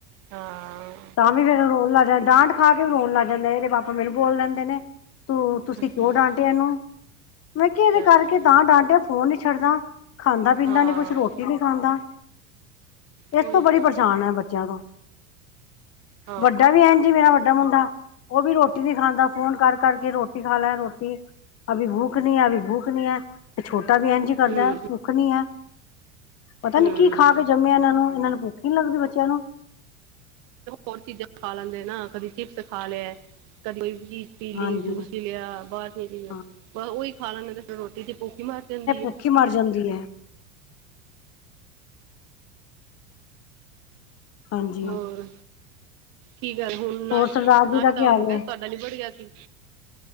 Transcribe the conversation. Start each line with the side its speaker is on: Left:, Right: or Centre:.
Right: ਹਾਂ
Left: ਤਾਂ ਵੀ ਫੇਰ ਰੋਣ ਲੱਗ ਜਾਂਦੀ ਡਾਂਟ ਖਾ ਕੇ ਰੋਣ ਲੱਗ ਜਾਂਦੇ ਨੇ ਇਹਦੇ ਪਾਪਾ ਮੈਨੂੰ ਬੋਲ ਦੇਂਦੇ ਨੇ। ਤੂੰ ਤੁਸੀਂ
Right: ਅੱਛਾ
Left: ਕਿਉਂ ਡਾਂਟਿਆ ਇਹਨੂੰ ਮੈਂ ਕਿਹਾ ਇਹਦੇ ਕਰਕੇ
Right: ਅੱਛਾ ਅੱਛਾ
Left: ਤਾਂ ਡਾਂਟਿਆ ਫੋਨ ਨੀ ਛੱਡਦਾ। ਖਾਂਦਾ ਪੀਂਦਾ
Right: ਹਾਂ
Left: ਨੀ ਕੁੱਛ ਰੋਟੀ ਨਹੀਂ ਖਾਂਦਾ।
Right: ਕੋਈ
Left: ਇਸ ਤੋਂ ਬੜੀ
Right: ਤੇ
Left: ਪਰੇਸ਼ਾਨ ਹੈ ਬੱਚਿਆਂ ਤੋਂ
Right: ਹਾਂ
Left: ਵੱਡਾ ਵੀ ਐੰਜ ਹੀ, ਮੇਰਾ ਵੱਡਾ ਮੁੰਡਾ ਉਹ ਵੀ ਰੋ ਟੀ ਨੀ ਖਾਂਦਾ, ਫੋਨ ਕਰ ਕਰਕੇ ਰੋਟੀ ਖਾ ਲੈ ਰੋਟੀ ਅਬੀ ਭੂਖ ਨੀ ਹੈ ਅਬੀ ਭੂਖ ਨੀ ਹੈ, ਤੇ ਛੋਟਾ ਵੀ ਇੰਝੀ ਕਰਦਾ
Right: ਹੂੰ
Left: ਭੁੱਖ ਨੀ ਹੈ। ਪਤਾ
Right: ਹੂੰ
Left: ਨੀ ਕੀ ਖਾ ਕੇ ਜੰਮਿਆ ਇਹਨਾਂ ਨੂੰ ਇਹਨਾਂ ਨੂੰ ਭੁੱਖ ਹੀ ਨੀ ਲੱਗਦੀ ਬੱਚਿਆਂ ਨੂੰ
Right: ਹੋਰ ਚੀਜ਼ਾਂ ਖਾ ਲੈਂਦੇ ਨਾ ਕਦੀ ਚਿਪਸ ਖਾ ਲਿਆ ਕਦੀ ਕੋਈ ਪੀ ਲਈ
Left: ਹਾਂਜੀ
Right: ਜੂਸ ਪੀ ਲਿਆ ਬਾਹਰ ਦੀ ਚੀਜਾਂ
Left: ਹਾਂ
Right: ਬੱਸ ਉਹੀ ਖਾ ਲੈਂਦੇ ਤੇ ਫਿਰ ਰੋਟੀ ਦੀ ਭੂਖ ਹੀ ਮਰ ਜਾਂਦੀ ਏ।
Left: ਭੂੱਖ ਈ ਮਰ ਜਾਂਦੀ ਏ। ਹਾਂਜੀ
Right: ਹੋਰ ਕੀ ਗੱਲ ਹੁਣ ਨਾਸ਼-ਨਾਸ਼ਤਾ
Left: ਹੋਰ ਸਰਦਾਰ ਜੀ ਦਾ ਕੀ ਹਾਲ
Right: ਹੋ ਗਿਆ
Left: ਹੈ
Right: ਸੀ ਤੁਹਾਡਾ ਨੀਬੜ ਗਿਆ ਸੀ।